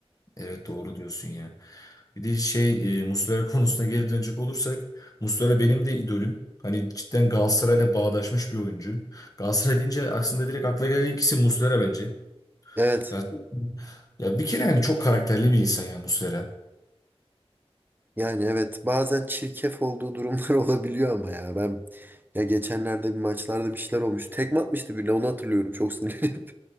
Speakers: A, on the left; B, on the right.
A: Evet doğru diyorsun ya. Bir de şey e, Muslera <laughs> konusuna geri dönecek olursak Muslera benim de idolüm. Hani cidden Galatasaray'la bağdaşmış bir oyuncu. Galatasaray deyince aslında direkt akla gelen ikisi isim Muslera bence.
B: Evet.
A: Ya, ya bir kere hani çok karakterli bir insan ya Muslera.
B: Yani evet. Bazen çirkef olduğu durumlar <laughs> olabiliyor ama ya ben ya geçenlerde bir maçlarda bir şeyler olmuş. Tekme atmıştı birine onu hatırlıyorum çok sinirlenip.